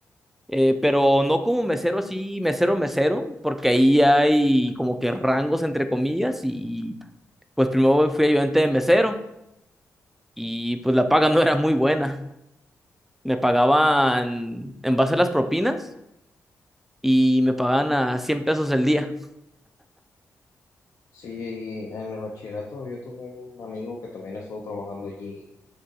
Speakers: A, in the centre; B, on the left.
A: eh, pero no como mesero así, mesero, mesero, porque ahí hay como que rangos entre comillas y pues primero fui ayudante de mesero y pues la paga <laughs> no era muy buena. Me pagaban en base a las propinas y me pagaban a 100 pesos el día.
B: Sí, y en el bachillerato yo tuve un amigo que también estuvo trabajando allí